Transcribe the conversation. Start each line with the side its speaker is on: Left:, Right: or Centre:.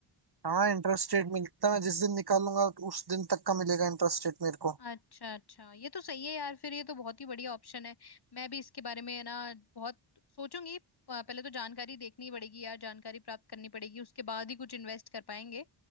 Right: हाँ इंटरेस्ट रेट मिलता है जिस दिन निकालूंगा उस दिन तक का मिलेगा इंटरेस्ट रेट मेरे को
Left: अच्छा अच्छा ये तो सही है यार फिर ये तो बहुत ही बढ़िया ऑप्शन है मैं भी इसके बारे में ना बहुत सोचूंगी प- पहले तो जानकारी देखनी पड़ेगी यार जानकारी प्राप्त करनी पड़ेगी उसके बाद ही कुछ इन्वेस्ट कर पाएंगे